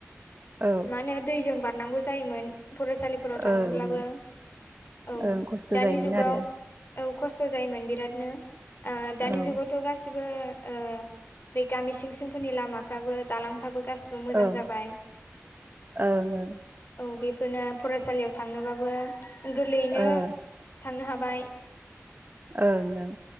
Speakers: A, on the right; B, on the left.
A: औ
B: मा होनो दैजों बारनांगौ जायोमोन। फरायसालिफोराव थाङोब्लाबो
A: ओं
B: औ
A: ओं खस्थ'
B: दानि
A: जायोमोन
B: जुगाव
A: आरो
B: औ खस खस्थ' जायोमोन बिरादनो। ओ दानि
A: औ ओं
B: जुगाव थ' गासिबो ओ बे गामि सिं सिंफोरनि लामाफ्राबो दालांफ्राबो गासिब बे मोजां
A: ओं
B: जाबाय।
A: ओं ओं
B: औ बेफोरनो फरायसालियाव थांनोबाबो गोरलैयैनो
A: ओं
B: थांनो हाबाय।
A: ओं ओं।